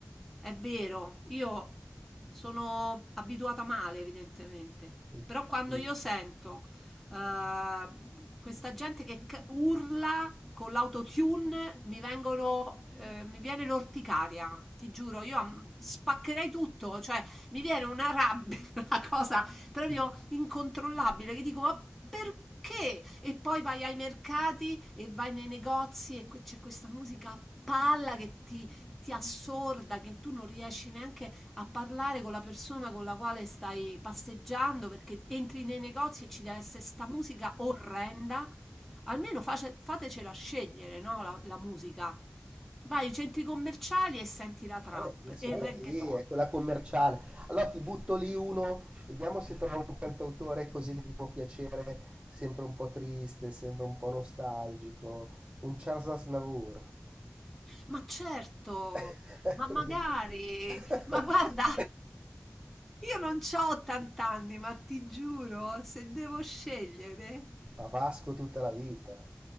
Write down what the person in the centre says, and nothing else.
è vero, io sono abituata male, evidentemente,
però quando io sento uh, questa gente che c- urla con l'autotune, mi vengono, eh, mi viene l'orticaria, ti giuro, io am- spaccherei tutto, cioè mi viene una rabbia, <laughs> una cosa proprio incontrollabile, che dico, ma perché? Che? E poi vai ai mercati e vai nei negozi e que- c'è questa musica a palla che ti, ti assorda, che tu non riesci neanche a parlare con la persona con la quale stai passeggiando perché entri nei negozi e ci deve essere sta musica orrenda. Almeno face- fatecela scegliere, no? La, la musica. Vai ai centri commerciali e senti la trap
e il
reggaeton.
Ma certo,
ma magari,
ma guarda, io non c'ho 80 anni, ma ti giuro, se devo scegliere.